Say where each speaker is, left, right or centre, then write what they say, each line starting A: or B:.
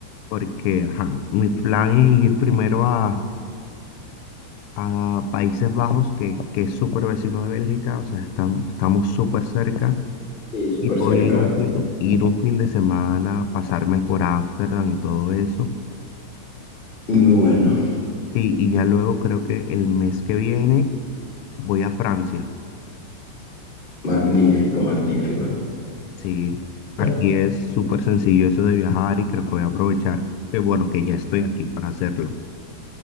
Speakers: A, on the left; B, on the left.
A: porque ajá, mi plan es ir primero a, a Países Bajos, que, que es súper vecino de Bélgica, o sea, estam- estamos súper cerca,
B: sí, súper
A: y puedo
B: cerca.
A: ir un fin, ir un fin de semana, pasarme por Ámsterdam y todo eso,
B: Muy bueno,
A: y, y ya luego creo que el mes que viene voy a Francia,
B: magnífico, magnífico.
A: sí, aquí
B: Bueno,
A: es súper sencillo eso de viajar y creo que voy a aprovechar, que bueno, que ya estoy aquí para hacerlo,